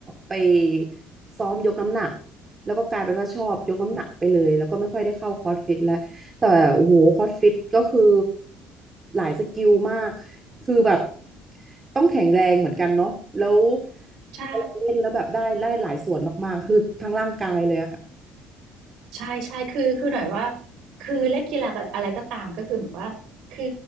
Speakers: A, on the right; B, on the right.
A: ไปซ้อมยกน้ำหนักแล้วก็กลายเป็นว่าชอบยกน้ำหนักไปเลยแล้วก็ไม่ค่อยได้เข้าคอร์สฟิตแล้วแต่โอ้โหคอร์สฟิตก็คือหลายสกิลมากคือแบบต้องแข็งแรงเหมือนกันเนาะแล้ว
B: ใช่
A: เวลาเล่นแล้วแบบได้ได้หลายส่วนมากๆคือทั้งร่างกายเลยอะค่ะ
B: ใช่ใช่คือคือหน่อยว่าคือเล่นกีฬาอะไรก็ตามก็คือเหมือนว่าคือ